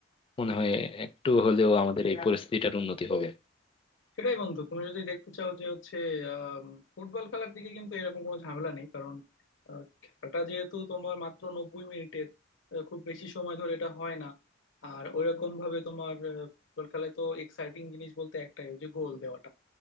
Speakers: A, on the left; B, on the left.
A: মনে হয় একটু হলেও আমাদের এই পরিস্থিতিটার উন্নতি হবে
B: সেটাই বন্ধু তুমি যদি দেখতে চাও যে হচ্ছে আম, ফুটবল খেলার দিকে কিন্তু এরকম কোনো ঝামেলা নেই কারণ আহ, খেলাটা যেহেতু তোমার মাত্র নব্বই মিনিটের আহ, খুব বেশি সময় ধরে এটা হয় না আর ওইরকম ভাবে তোমার আহ, ফুটবল খেলায় তো এক্সাইটিং জিনিস বলতে একটাই ওই যে গোল দেওয়াটা